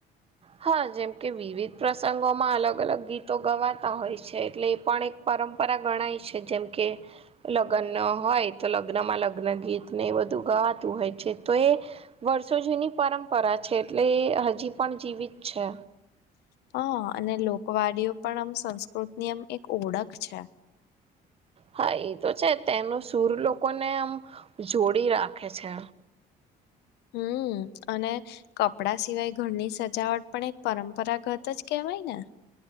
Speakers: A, on the right (about 35°); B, on the left (about 80°).
A: હ હા, જેમ કે વિવિધ પ્રસંગોમાં અલગ અલગ ગીતો ગવાતા હોય છે, એટલે એ પણ એક પર. પરંપરા ગણાય છે, જેમ કે લગ્ન હોય, તો લગ્નમા લગ્ન ગીત, ને એ બધું ગવાતું હોય છે, તો એ વર્ષો જુની પરંપરા છે, એટલે એ હજી પણ જીવિત છે
B: હા, અને લોકવાડીઓ પણ આમ સંસ્કૃતની આમ એક ઓળખ છે
A: હા, એ તો છે, તેનો સુૂર લોકોને આમ જોડી રાખે છે
B: હમ, અને કપડા સિવાય ઘરની સજાવટ પણ એક પરંપરાગત જ કેમ હોયને.